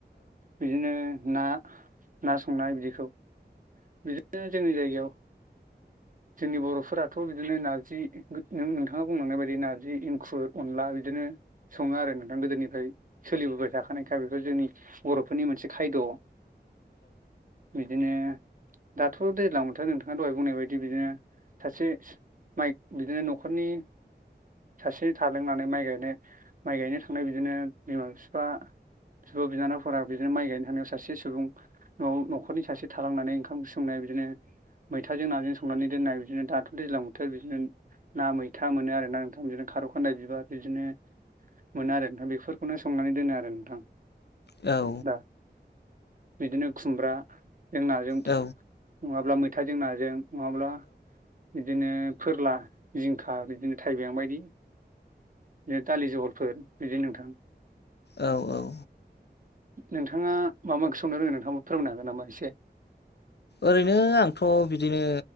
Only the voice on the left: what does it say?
औ
औ
औ औ
ओरैनो आंथ' बिदिनो